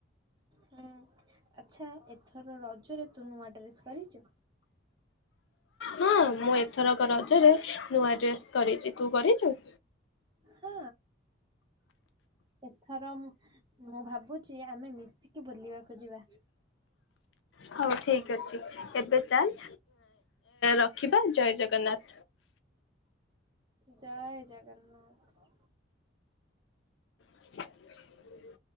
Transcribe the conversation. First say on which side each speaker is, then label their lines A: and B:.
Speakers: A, on the right; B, on the left.
A: ହୁଁ। ଆଚ୍ଛା ଏଥର ରଜରେ ତୁ ନୂଆ ଡ୍ରେସ୍ କରିଛୁ?
B: ହୁଁ ମୁଁ ଏଥର କ ର ରେ ନୂଆ ଡ୍ରେସ୍ କରିଚି, ତୁ କରିଚୁ?
A: ହଁ ଏଥର ମୁଁ ଭାବୁ ଭାବୁଚି ଆମେ ମିଶିକି ବୁଲିବାକୁ ଯିବା।
B: ହଉ ଠିକ୍ ଅଛି, ଏବେ ଚାଲ୍ ରଖିବା, ଜୟ ଜଗନ୍ନାଥ।
A: <inaudible> ଜୟ ଜଗନ୍ନାଥ।
B: <inaudible>